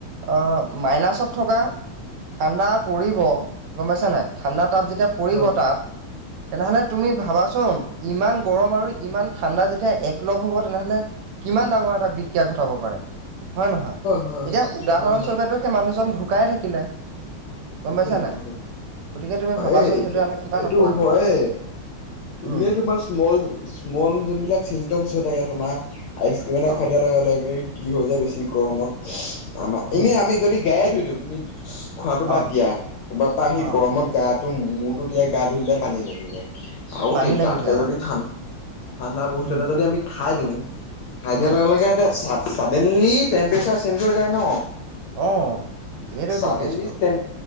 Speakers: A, on the right (about 85°); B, on the left (about 75°).
A: আহ মাইনাছত থকা ঠাণ্ডা পৰিব গম পাইছা নাই ঠাণ্ডা তাত যেতিয়া পৰিব
B: অ
A: তাত তেনেহলে তুমি ভাবাচোন ইমান গৰম আৰু ইমান ঠাণ্ডা যেতিয়া এক লগ হ'ব তেনেহলে কিমান ডাঙৰ এটা বিক্ৰিয়া ঘটাব পাৰে। হয় নহয়।
B: হয়
A: এতিয়া
B: হয়
A: উদাহৰণস্বৰূপেতো
B: হয় হয়
A: সেই মানুহজন ঢুকাই থাকিলে। গম
B: থাকিলে
A: পাইছা নাই।
B: থাকিলে
A: গতিকে তুমি ভাবাচোন
B: এই এতিয়া
A: সেইটো আমাক কিমান
B: এইটো
A: অপকাৰ
B: হয়
A: কৰিব পাৰে
B: এনেই
A: উম
B: তোমাৰ স্মল স্মল যোনবিলাক চিমটম হৈ থাকে তোমাৰ আইচ ক্ৰীম এটা
A: অ
B: খাই দিয়া লগে লগে কি হৈ যায় বেছি গৰমত। আমাৰ এনে
A: উম
B: আমি যদি গায়ে ধুই দিওঁ তুমি খোৱাটো বাদ
A: অ
B: দিয়া। কৰবাৰ পৰা আহি
A: অ
B: গৰমত গা মূৰতো তিয়াই গা ধুই দিলে পানী লাগি যায় আৰু
A: পানী লাগি
B: তাতকে
A: যায়
B: যদি
A: অ',
B: ঠা ঠাণ্ডা বস্তু
A: উম,
B: এটা যদি আমি খাই দিওঁ। খাই দিয়াৰ
A: উম,
B: লগে লগে চাডেনলি টেম্পৰেচাৰ চেঞ্জ হৈ যায় ন।
A: অ', সেইটোৱেতো
B: চডেনলি
A: কেচটো,
B: টেম্প